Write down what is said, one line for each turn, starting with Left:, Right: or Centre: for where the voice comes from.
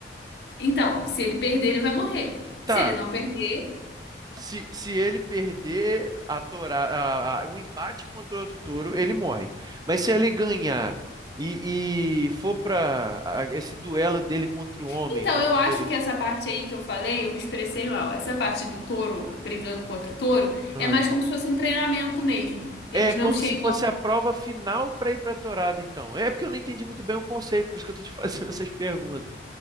Left: então, se ele perder, ele vai morrer.
Right: tá.
Left: Se ele não perder.
Right: Se, se ele perder a toura, a- a- um embate contra outro touro, ele morre. Mas se ele ganhar e, e for para esse duelo dele contra o homem,
Left: Então,
Right: contra
Left: eu
Right: o
Left: acho
Right: touro.
Left: que essa parte aí que eu falei, eu me expressei mal. Essa parte do touro brigando com outro touro
Right: Ah.
Left: é mais como se fosse um treinamento mesmo. Eles
Right: É como
Left: não chegam.
Right: se fosse a prova final para ir para Torada, então. É porque eu não entendi muito bem o conceito, por isso que eu tô te <laughs> fazendo essas perguntas.